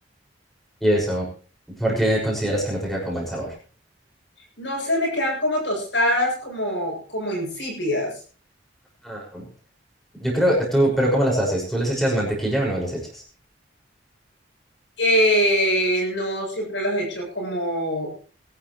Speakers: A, in the centre; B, on the left (about 80°).
A: Y eso, ¿por qué consideras que no te queda con buen sabor?
B: No se me quedan como tostadas, como, como insípidas.
A: Ah, yo creo, eh, tú, pero ¿cómo las haces? ¿Tú les echas mantequilla o no les echas?
B: Eh, no siempre las he hecho como,